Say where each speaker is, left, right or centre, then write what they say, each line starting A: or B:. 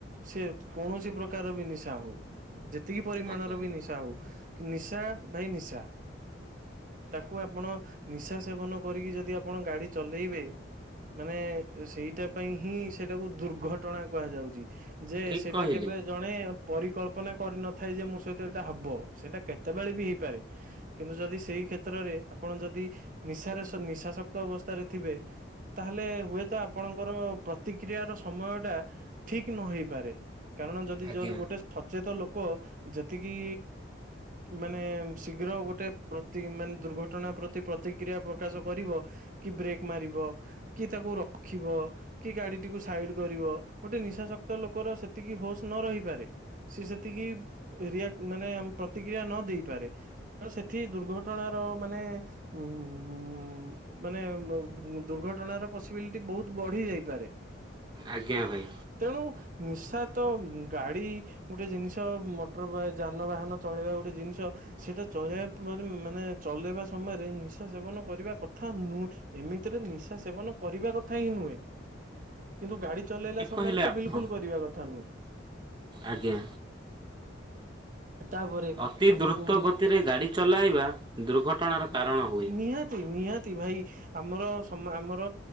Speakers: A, on the right (about 40°); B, on the right (about 25°).
A: ସେ କୌଣସି ପ୍ରକାର ବି ନିଶା ହଉ ଯେ ଏତିକି ପରିମାଣର
B: ଆଜ୍ଞା
A: ବି ନିଶା ହଉ କିନ୍ତି ନିଶା ଭାଇ ନିଶା। ତାକୁ ଆପଣ ନିଶା ସେବନ କରିକି ଯଦି ଆପଣ ଗାଡି ଚଲେଇବେ। ମାନେ ସେଇଟା ପାଇଁ ହିଁ ସେଇଟାକୁ ଦୁର୍ଘଟଣା କୁହାଯାଉଛି ଯେ
B: ଠିକ୍
A: ସେଇଟା
B: କହିଲେ
A: କେବେ ଜଣେ ପରିକଳ୍ପନା କରିନଥାଏ ଯେ ମୋ ସହିତ ଏଇଟା ହବ? ସେଇଟା କେତେବେଳେ ବି ହେଇପାରେ କିନ୍ତୁ ଯଦି ସେଇ କ୍ଷେତ୍ରରେ ଆପଣ ଯଦି ନିଶାରେ ନିଶାସକ୍ତ ଅବସ୍ଥାରେ ଥିବେ ତାହେଲେ ହୁ ଆପଣଙ୍କର ପ୍ରତିକ୍ରିୟାର ସମୟ ଟା ଠିକ ନ ହେଇପାରେ। କାରଣ ଯଦି
B: ଆଜ୍ଞା
A: ଯ ଗୋଟେ ସଚେତ ଲୋକ କ ଯେତିକି ମାନେ ଶୀଘ୍ର ଗୋଟେ ପ୍ରତି ମାନେ ଦୁର୍ଘଟଣା ପ୍ରତି ପ୍ରତିକ୍ରିୟା ପ୍ରକାଶ କରିବ। କି ବ୍ରେକ୍ ମାରିବ? କି ତାକୁ ରଖିବ? କି ଗାଡିଟିକୁ ସାଇଡ କରିବ? ଗୋଟେ ନିଶା ଶକ୍ତ ଲୋକର ସେତିକି ହୋସ୍ ନ ରହିପାରେ! ସିଏ ସେତିକି ରିଆକ୍ଟ ମାନେ ପ୍ରତିକ୍ରିୟା ନ ଦେଇେପାରେ। ତ ସେଠି ଦୁର୍ଘଟଣାର ମାନେ ଉମ୍ ମାନେ ଆ ବ ଦୁର୍ଘଟଣାର ପସିବିଲିଟି ବୋହୁତ ବଢି ଯାଇପାରେ?
B: ଆଜ୍ଞା ଭାଇ
A: ତେଣୁ ନିଶା ତ ଗାଡ଼ି ଗୋଟେ ଜିନିଷ ମଟର ଯାନବାହାନ ଚଳେଇବା ଗୋଟେ ଜିନିଷ ସେଇଟା ଚଳେଇବା ମାନେ ଚଲେଇବା ସମୟରେ ନିଶା ସେବନ କରିବା କଥା ନୁ ଏମିତିରେ ନିଶା ସେବନ କରି କରିବା କଥା ହିଁ ନୁହେଁ। କିନ୍ତୁ ଗାଡି ଚଲେଇଲା
B: ଠିକ୍
A: ସମୟରେ
B: କହିଲେ
A: ତ
B: ଆପଣ
A: ବିଲକୁଲ କରିବା କଥା ନୁହେଁ।
B: ଆଜ୍ଞା।
A: ତାପରେ
B: ଅତି
A: ଆମକୁ
B: ଦ୍ରୁତ ଗତିରେ ଗାଡ଼ି ଚଲାଇବା ଦୁର୍ଘଟଣାର କାରଣ ହୁଏ।
A: ନିହାତି ନିହାତି। <unintelligible> ଭାଇ ଆମର ସମ ଆମର